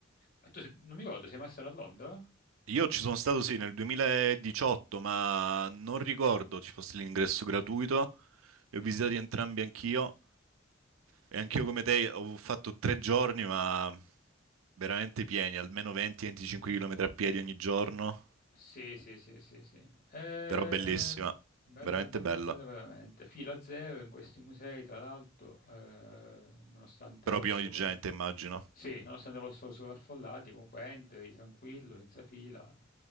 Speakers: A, on the left; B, on the right.
A: Ah, tu se- Non mi ricordo, sei mai stato a Londra?
B: io ci sono stato sì nel 2018, ma non ricordo ci fosse l'ingresso gratuito. Li ho visitati entrambi anch'io. E anch'io come te ho fatto tre giorni, ma veramente pieni, almeno 20-25 km a piedi ogni giorno,
A: Sì, sì, sì, sì, sì. Eh,
B: però bellissima,
A: Bella,
B: veramente
A: bella,
B: bella,
A: bella veramente. Fila zero in questi musei, tra l'altro, eh, nonostante
B: però
A: fossero...
B: pieno di gente, immagino.
A: Sì, nonostante fossero sovraffollati, comunque entri tranquillo, senza fila.